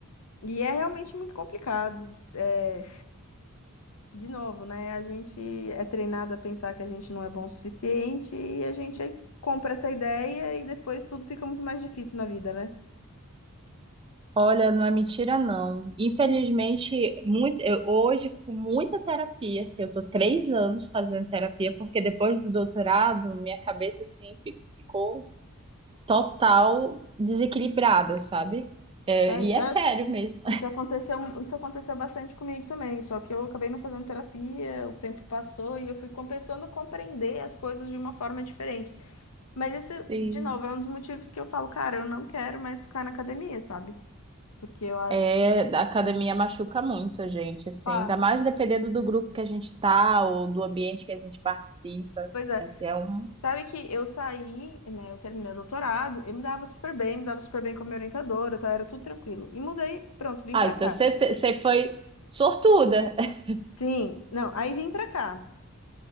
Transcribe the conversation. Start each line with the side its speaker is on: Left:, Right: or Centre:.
Left: E é realmente muito complicado. É, de novo, né? A gente é treinado a pensar que a gente não é bom o suficiente e a gente compra essa ideia e depois tudo fica muito mais difícil na vida, né?
Right: Olha, não é mentira, não. Infelizmente, muito, eu- hoje, com muita terapia, assim, eu tô três anos fazendo terapia, porque depois do doutorado, minha cabeça, assim, ficou total desequilibrada, sabe? É,
Left: É,
Right: e é
Left: eu
Right: sério
Left: acho-
Right: mesmo.
Left: Isso aconteceu, isso aconteceu bastante comigo também, só que eu acabei não fazendo terapia, o tempo passou e eu fui começando a compreender as coisas de uma forma diferente. Mas esse,
Right: <laughs>
Left: de novo, é um dos motivos que eu falo, cara, eu não quero mais ficar na academia, sabe? Porque eu acho
Right: É,
Left: que,
Right: a academia machuca muito a gente, assim,
Left: pá,
Right: ainda mais dependendo do grupo que a gente tá ou do ambiente que a gente participa.
Left: pois é,
Right: Assim, é um...
Left: sabe que eu saí, né, eu terminei o doutorado, eu me dava super bem, me dava super bem com a minha orientadora, tá, era tudo tranquilo. E mudei, pronto, vim
Right: Ah,
Left: pra
Right: então
Left: cá.
Right: você te- você foi sortuda. <laughs>
Left: Sim, não, aí vim pra cá.